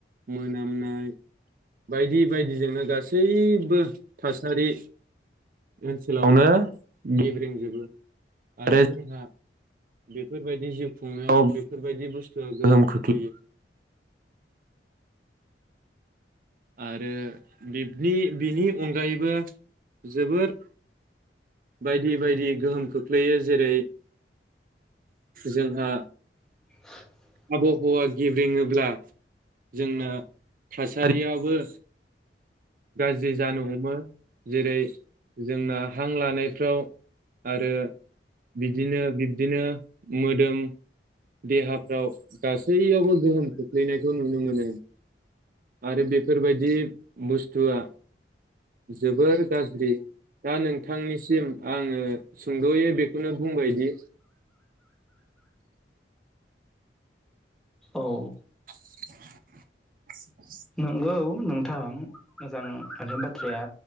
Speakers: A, on the right (about 50°); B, in the centre.
A: मोनामनाय बायदि बायदिजोंनो गासैबो थासारि ओनसोलावनो गेब्रेंजोबो। आरो जोंहा बेफोरबायदि जिउ खुंनायाव बेफोरबायदि बुस्तुआ गोहोम खोख्लैयो। आरो बिबदि बिनि अनगायैबो जोबोर बायदि बायदि गोहोम खोख्लैयो जेरै जोंहा
B: <inaudible>
A: आबहावा गेब्रेङोब्ला जोंना थासारियाव बो गाज्रि जानो हमो जेरै जोंना हां लानायफ्राव आरो बिदिनो बिब्दिनो मोदोम देहाफ्राव गासैयावबो गोहोम खोख्लैनायखौ नुनो मोनो। आरो बे फोरबायदि बुस्थुआ जोबोर गाज्रि दा नोंथांनिसिम आङो सुंद'यै बेखौनो बुंबायदि।
B: औ।
A: <inaudible>
B: नोंगौ नोंथां मोजां थारैनो बाथ्राया